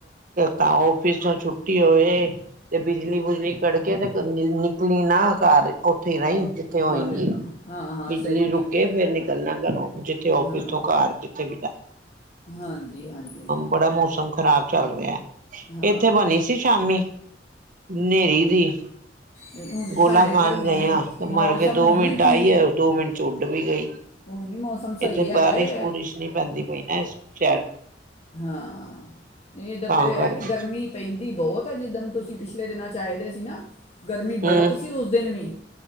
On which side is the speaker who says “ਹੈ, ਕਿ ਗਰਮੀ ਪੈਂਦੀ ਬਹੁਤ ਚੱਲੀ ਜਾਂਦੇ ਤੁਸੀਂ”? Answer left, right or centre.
Left